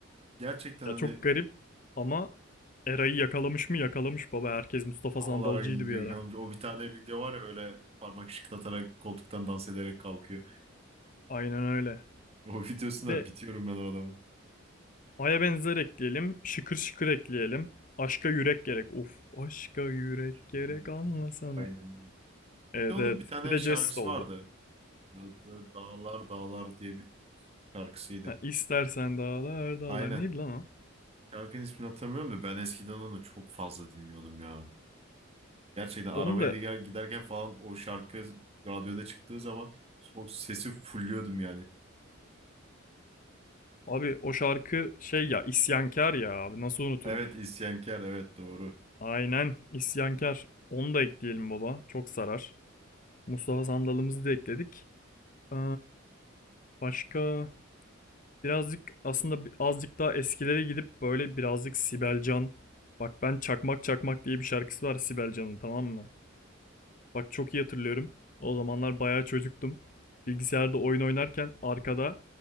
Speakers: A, on the right (about 30°); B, on the left (about 40°).
A: Gerçekten
B: Ya
A: hani
B: çok garip ama Eray'ı yakalamış mı yakalamış baba. Herkes Mustafa
A: havalara
B: Sandalcıydı
A: yakalanmış.
B: bir ara.
A: O bir tane video var ya böyle parmak şıklatarak koltuktan dans ederek kalkıyor. <laughs>
B: Aynen öyle.
A: O videosunda
B: De
A: bitiyorum ben o adamın.
B: Ay'a benzer ekleyelim. Şıkır şıkır ekleyelim. Aşka yürek gerek. Uf aşka yürek
A: Başka
B: gerek
A: yürek
B: anlasana.
A: gerek. Aynen öyle. Bir
B: Evet
A: de onun
B: evet.
A: bir tane
B: Bir de
A: şarkısı
B: jest oldu.
A: vardı. Böyle, böyle dağlar dağlar diye bir şarkısıydı.
B: Ha, İstersen dağlar dağlar.
A: Aynen.
B: Neydi lan o?
A: Şarkının ismini hatırlamıyorum da ben eskiden onu çok fazla dinliyordum ya. Gerçekten arabaya
B: Onu da
A: diğer- giderken falan o şarkı radyoda çıktığı zaman o sesi fulluyordum yani.
B: abi o şarkı şey ya isyankar ya abi nasıl unuturum.
A: Evet isyankar evet doğru.
B: Aynen isyankar. Onu da ekleyelim baba. Çok sarar. Mustafa Sandal'ımızı da ekledik. Ee, başka birazcık aslında bi- azıcık daha eskilere gidip böyle birazcık Sibel Can. Bak ben Çakmak Çakmak diye bir şarkısı var Sibel Can'ın tamam mı? Bak çok iyi hatırlıyorum. O zamanlar bayağı çocuktum. Bilgisayarda oyun oynarken arkada